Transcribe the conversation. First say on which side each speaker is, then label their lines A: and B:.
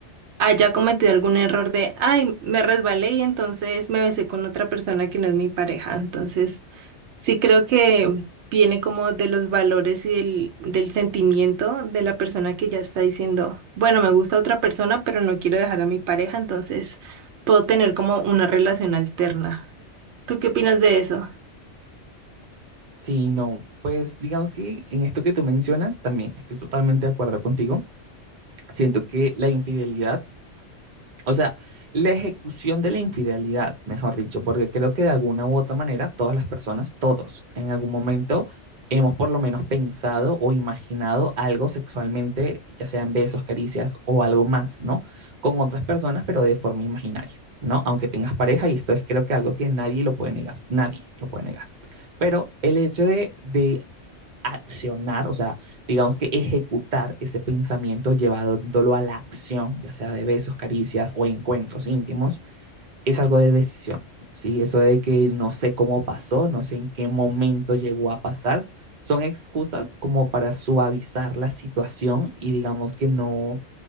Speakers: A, on the right (about 75°); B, on the right (about 45°).
A: haya cometido algún error de, ay, me resbalé y entonces me besé con otra persona que no es mi pareja. Entonces, sí creo que viene como de los valores y del, del sentimiento de la persona que ya está diciendo, bueno, me gusta otra persona, pero no quiero dejar a mi pareja, entonces puedo tener como una relación alterna. ¿Tú qué opinas de eso?
B: Si no, pues digamos que en esto que tú mencionas, también estoy totalmente de acuerdo contigo. Siento que la infidelidad O sea, la ejecución de la infidelidad, mejor dicho, porque creo que de alguna u otra manera todas las personas, todos, en algún momento hemos por lo menos pensado o imaginado algo sexualmente, ya sea en besos, caricias o algo más, ¿no? Con otras personas, pero de forma imaginaria, ¿no? Aunque tengas pareja, y esto es creo que algo que nadie lo puede negar, nadie lo puede negar. Pero el hecho de, de accionar, o sea, digamos que ejecutar ese pensamiento llevándolo a la acción, ya sea de besos, caricias o encuentros íntimos, es algo de decisión, ¿sí? Eso de que no sé cómo pasó, no sé en qué momento llegó a pasar, son excusas como para suavizar la situación y digamos que no